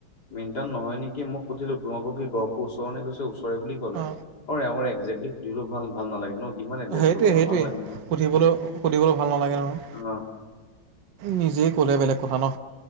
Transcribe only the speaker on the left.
মেনটাউন নহয় নেকি? মোক সুধিলো তোমালোকৰ কি গহপুৰ ওচৰৰ নে ওচৰে বুলি ক'লে।
অ' আমাৰ একজে্টলি সুধিবলো ভাল ভাল নালাগে ন। কিমান এড্ৰেছ
ল'বা ন
ভাল নালাগে
অহ'।